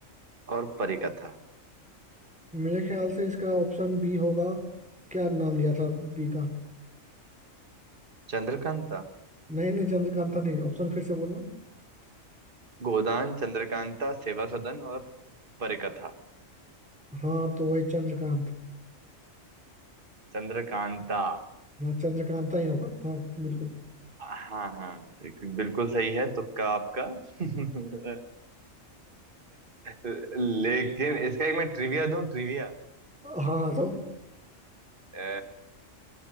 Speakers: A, on the right; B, in the centre.
A: और परिकथा
B: मेरे ख्याल से इसका ऑप्शन बी होगा क्या नाम लिया था बी का
A: चंद्रकांता
B: नहीं नहीं चंद्रकांता नहीं ऑप्शन फिर से बोलना
A: गोदान चंद्रकांता सेवा सदन और परिकथा
B: हाँ तो वही चंद्रकांत
A: चंद्रकांता
B: हाँ चंद्रकांता ही होगा हाँ बिल्कुल
A: हाँ हाँ बिल्कुल सही है तुक्का आपका <laughs> लेकिन इसका एक मैं ट्रिविया दूं ट्रिविया
B: हाँ हाँ तो
A: तो